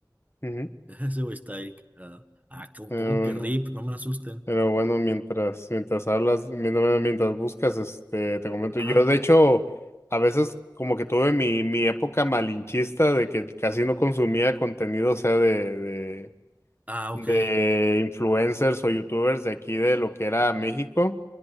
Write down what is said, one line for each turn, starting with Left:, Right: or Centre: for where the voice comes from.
Left: ujú.
Right: <laughs> Ese güey está ahí. Ah, ah, ¿cómo,
Left: Pero
Right: cómo que
Left: bueno,
Right: RIP? No me asusten.
Left: pero bueno, mientras, mientras hablas, mientras, mientras buscas, este, te comento.
Right: Ajá.
Left: Yo, de hecho, a veces como que tuve mi, mi época malinchista de que casi no consumía contenido, o sea, de, de,
Right: Ah, ok.
Left: de influencers o youtubers de aquí de lo que era México,